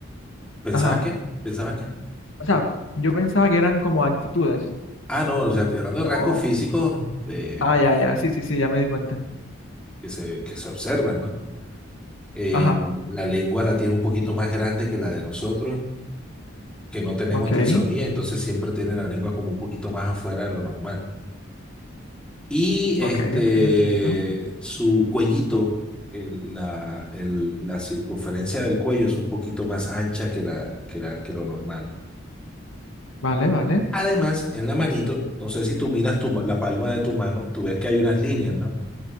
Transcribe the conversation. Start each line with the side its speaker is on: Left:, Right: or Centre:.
Centre: ¿Pensabas
Left: Ajá.
Centre: qué? ¿Pensabas qué?
Left: O sea, yo pensaba que eran como actitudes.
Centre: Ah, no, o sea, estoy hablando
Left: No.
Centre: de rasgos físicos eh,
Left: Ah, ya, ya, sí, sí, sí, ya me di cuenta.
Centre: que se, que se observan, ¿no? eh,
Left: Ajá,
Centre: la lengua la tiene un poquito más grande que la de nosotros, que no tenemos
Left: ok,
Centre: trisomía, entonces siempre tiene la lengua como un poquito más afuera de lo normal. Y este,
Left: ok, ok, entiendo.
Centre: su cuellito, el- la, el- la circunferencia del cuello es un poquito más ancha que, la, que, la, que lo normal.
Left: Vale, vale.
Centre: Además, en la manito, no sé si tú miras tu la palma de tu mano, tú ves que hay unas líneas, ¿no?